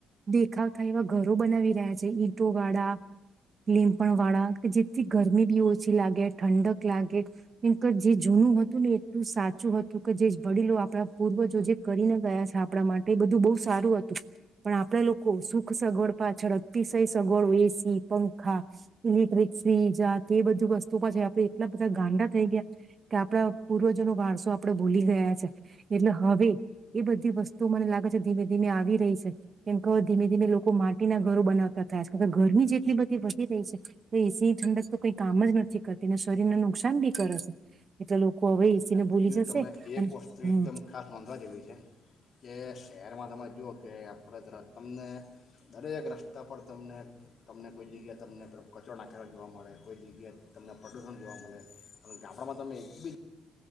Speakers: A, on the right; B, on the left.
A: દેખાખાય એવા ઘરો બનાવી રહ્યા છે ઈંટો વાળા, લીમપણ વાળા. જેથી ગરમી બી ઓછી લાગે ઠંડક લાગે, કેમ કે જે જૂનું હતું ને એટલું સાચું હતું કે જે વડીલો આપણા પૂર્વજો જે કરીને ગયા છે આપણા માટે એ બધું બહુ સારું હતું, પણ આપણા લોકો સુખ સગવડ પાછળ અતિશય સગવડો એસી પંખા, ઇલેક્ટ્રિક સજાત એ બધી વસ્તુ પાછ આપણે એટલા બધા ગાંડા થઈ ગયા કે, આપણા પૂર્વજોનોો વાણસો આપડે ભૂલી ગયા છે, એટલે હવે એ બધી વસ્તુ મને લાગે છે ધીમે ધીમે આવી રહી છે, કેમ કે ધીમે ધીમે લોકો માટીના ઘરો બનાવતા થયા છે કાર કે ગરમી જેટલી બધી વધી રહી છે. એસી ઠંડક તો કઈ કામ જ નથી કરતીને શરીરને નુકસાન બી કરે છે, એટલે લોકો હવે એસીને
B: અને બીજું
A: ભૂલી જશે
B: તમે એક
A: અને
B: વસ્તુ
A: હમ
B: એકદમ ખાસ નોંધવા જેવી છે, કે શહેરમાં તમે જુઓ કે આપણે ત તમને, દરેક રસ્તા પર તમને તમને કોઈ જગ્યાએ તમનેે કચરો નાચરો જોવા મળે કોઈ જગ્યાએ તમને પ્રદૂષણ જોવા મળે, પણ ગામડામાં તમે એક બી જ